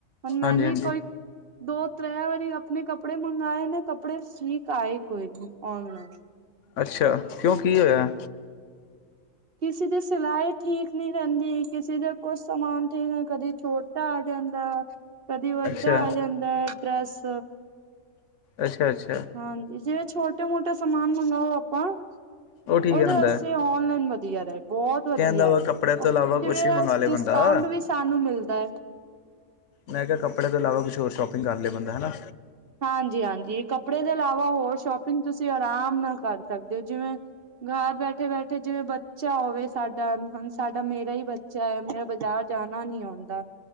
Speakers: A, on the right; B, on the left.
A: ਹ ਮੈਂੇ
B: ਹਾਂਜੀ ਹਾਂਜੀ
A: ਕੋਈ ਦੋ ਤ੍ਰੈ ਵਾਰੀ ਆਪਣੇ ਕੱਪੜੇ ਮੰਗਵਾਏ ਨੇ ਕੱਪੜੇ ਸੀਕ ਆਏ ਕੋਈ ਔਨਲਾਈਨ
B: ਅੱਛਾ ਕਿਉਂ ਕੀ ਹੋਇਆ
A: ਕਿਸੇ ਦੀ ਸਿਲਾਈ ਠੀਕ ਨਹੀਂ ਰਹਿੰਦੀ ਕਿਸੇ ਦਾ ਕੁਛ ਸਮਾਨ ਠੀ ਕਦੀ ਛੋਟਾ ਆ ਜਾਂਦਾ ਕਦੀ ਵੱਡਾ
B: ਅੱਛਾ
A: ਆ ਜਾਂਦਾ ਹੈ ਡਰੈੱਸ
B: ਅੱਛਾ ਅੱਛਾ
A: ਹਾਂਜੀ ਜਿਵੇਂ ਛੋਟੇ ਮੋਟੇ ਸਮਾਨ ਮੰਗਵਾਓ ਆਪਾਂ
B: ਉਹ ਠੀਕ
A: ਉਹਦੇ
B: ਰਹਿੰਦਾ
A: ਵਾਸਤੇ ਨਲਾਈਨ ਵਧੀਆ ਰ ਬਹੁਤ ਵਧੀਆ
B: ਕਹਿੰਦਾ ਵਾ
A: ਹੈ
B: ਕੱਪੜੇ
A: ਉਹਦੇ
B: ਤੋਂ ਇਲਾਵਾ ਕੁਛ
A: ਜਿਵੇਂ
B: ਵੀ ਮੰਗਵਾ ਲਏ
A: ਡਿਸਕਾਊਂਟ
B: ਬੰਦਾ
A: ਵੀ ਸਾਨੂੰ ਮਿਲਦਾ ਹੈ
B: ਮੈਂ ਕਿਹਾ ਕੱਪੜੇ ਤੋਂ ਇਲਾਵਾ ਕੁਛ ਹੋਰ ਸ਼ੋਪਿੰਗ ਕਰ ਲਿਆ ਬੰਦਾ ਹਨਾ
A: ਹਾਂਜੀ ਹਾਂਜੀ ਕੱਪੜੇ ਦੇ ਇਲਾਵਾ ਹੋਰ ਸ਼ੋਪਿੰਗ ਤੁਸੀਂ ਆਰਾਮ ਨਾਲ ਕਰ ਸਕਦੇ ਹੋ ਜਿਵੇਂ ਘਰ ਬੈਠੇ ਬੈਠੇ ਜਿਵੇਂ ਬੱਚਾ ਹੋਵੇ ਸਾਡਾ ਹੁਣ ਸਾਡਾ ਮੇਰਾ ਹੀ ਬੱਚਾ ਹੈ ਮੇਰਾ ਬਜ਼ਾਰ ਜਾਣਾ ਨੀ ਆਉਂਦਾ